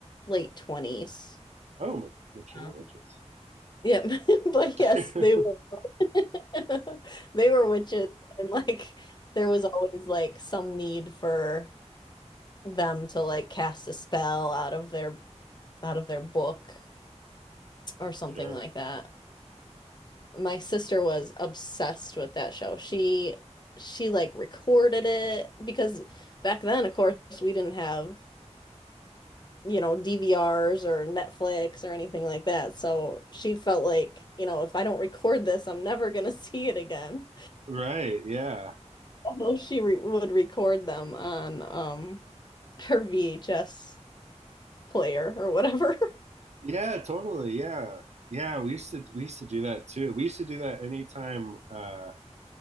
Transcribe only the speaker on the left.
late 20s.
Um,
yeah. <laughs> But
yes, they were <laughs> they were witches and like there was always like some need for them to like cast a spell out of their out of their book or something
like that. My sister was obsessed with that show. She she like recorded it because back then, of course, we didn't have you know, DVRs or Netflix or anything like that. So she felt like, you know, if I don't record this, I'm never gonna <laughs> see it again.
Although she re would record them on um her VHS player or whatever.